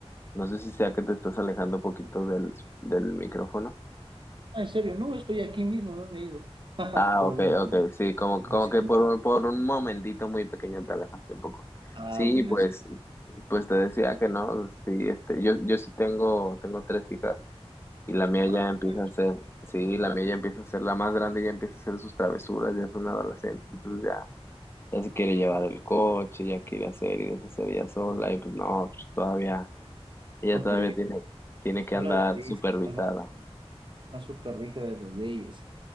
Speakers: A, on the left (about 25°); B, on the right (about 50°).
A: No sé si sea que te estás alejando poquito del, del micrófono.
B: Ah, en serio, no, estoy aquí mismo, no me he ido. <laughs>
A: Ah,
B: Pero
A: ok,
B: bien,
A: ok,
B: pues,
A: sí, como,
B: no
A: como
B: mencionar.
A: que por un, por un momentito muy pequeño te alejaste un poco.
B: Ah,
A: Sí,
B: buenas.
A: pues, pues te decía que no, sí, este, yo, yo sí tengo, tengo tres hijas. Y la mía
B: Ah,
A: ya empieza
B: buenas.
A: a ser, sí, la mía ya empieza a ser la más grande, ya empieza a hacer sus travesuras, ya es una adolescente, entonces ya, ya se quiere llevar el coche, ya quiere hacer y deshacer ella sola, y pues no, pues todavía, ella
B: Completo.
A: todavía tiene, tiene que
B: Ahora
A: andar
B: la ley
A: supervisada.
B: se llama Están súper rígidas las leyes.